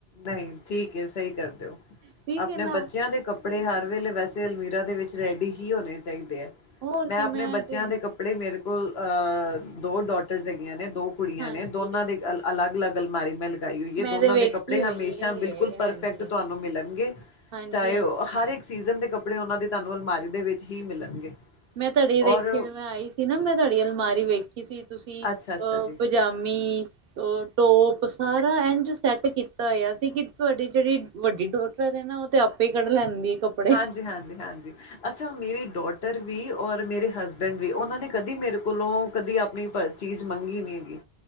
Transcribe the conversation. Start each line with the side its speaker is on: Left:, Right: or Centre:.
Left: ਨਈ ਠੀਕ ਏ ਸਈ ਕਰ ਦੇ ਔ।
Right: ਠੀਕ
Left: ਆਪਣੇ
Right: ਐ ਨਾ।
Left: ਬੱਚਿਆਂ ਦੇ ਕੱਪੜੇ ਹਰ ਵੇਲੇ ਵੈਸੇ ਚ ਅਲਮੀਰਾ ਦੇ ਵਿੱਚ ਰੈਡੀ ਹੀ ਹੋਣੇ ਚਾਈ ਦੇ ਐ।
Right: ਹੋਰ
Left: ਮੈਂ
Right: ਕੀ
Left: ਆਪਣੇ ਬੱਚਿਆਂ
Right: ਤੇ
Left: ਦੇ ਕੱਪੜੇ ਮੇਰੇ ਲ ਅ ਦੋ ਡੋਟਰਸ ਹੈਗੀਆਂ ਨੇ, ਦੋ ਕੁੜੀਆਂ
Right: ਹਾਂਜੀ
Left: ਨੇ। ਦੋਨਾਂ ਦੀ ਅਲੱਗ-ਅਲੱਗ ਅਲਮਾਰੀ ਮੈਂ ਗਾਈ ਹੋਈ ਏ,
Right: ਮੈਂ
Left: ਦੋਨਾਂ
Right: ਤੇ ਵੇਖੀ
Left: ਦੇ ਕੱਪ ੜੇ ਹਮੇਸ਼ਾ
Right: ਹੋਈ ਏ
Left: ਬਿਲਕੁਲ ਪਰਫੈਕਟ
Right: ਹਾਂਜੀ,
Left: ਤੁਆਨੂੰ ਮਿਲਣਗੇ
Right: ਹਾਂਜੀ,
Left: ਚਾਏ
Right: ਹਾਂਜੀ।
Left: ਔ ਹਰ ਇੱਕ ਸੀਜ਼ਨ ਦੇ ਕੱਪੜੇ ਔਨਾਂ ਦੀ ਤੁਆਨੂੰ ਅਲਮਾਰੀ ਦੇ ਵਿੱਚ ਹੀ ਮਿਲਣਗੇ।
Right: ਮੈਂ ਤੁਆਡੀ ਦੇਖੀ
Left: ਔਰ
Right: ਸੀ, ਮੈਂ ਆਈ ਸੀ ਨਾ ਮੈਂ ਤੁਆਡੀ ਅਲਮਾਰੀ ਵੇਖੀ ਸੀ, ਤੁਸੀ ਅ
Left: ਅੱਛਾ-ਅੱਛਾ ਜੀ।
Right: ਪਜਾਮੀ ਔਰ ਟੋਪ ਸਾਰਾ ਇੰਝ ਸੈੱਟ ਕੀਤਾ ਹੋਇਆ ਸੀ ਕਿ ਤੁਆਡੀ ਜੜੀ ਵੱਡੀ ਡੋਟਰ ਏ ਨਾ ਔ ਤੇ ਆਪੇ ਈ ਕੱਢ ਲੈਂਦੀ। ਕੱਪੜੇ।
Left: ਹਾਂਜੀ, ਹਾਂਜੀ, ਹਾਂਜੀ। ਅੱਛਾ, ਮੇਰੀ ਡੋਟਰ ਵੀ ਔਰ ਮੇਰੇ ਹਸਬੈਂਡ ਵੀ ਔਨਾਂ ਨੇ ਕਦੀ ਮੇਰੇ ਕੋਲੋਂ ਕਦੀ ਅਪ ਣੀ ਪ ਚੀਜ਼ ਮੰਗੀ ਨੀ ਹੈਗੀ